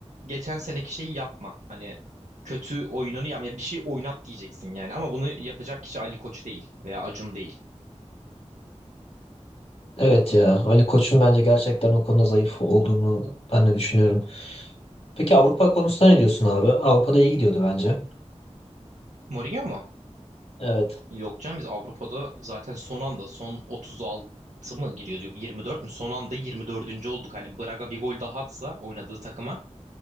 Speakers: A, on the right; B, on the left.
A: geçen seneki şeyi yapma. Hani kötü oyununu yapma. Ya Bir şey oynat diyeceksin yani. Ama bunu yapacak kişi Ali Koç değil veya Acun değil.
B: Evet ya. Ali Koç'un bence gerçekten o konuda zayıf olduğunu ben de düşünüyorum. Peki Avrupa konusunda ne diyorsun abi? Avrupa'da iyi gidiyordu bence.
A: Mourinho mu?
B: Evet.
A: Yok canım biz Avrupa'da zaten son anda son 36 mı giriyordu? Yok 24 mü? Son anda 24. olduk. Hani Braga bir gol daha atsa oynadığı takıma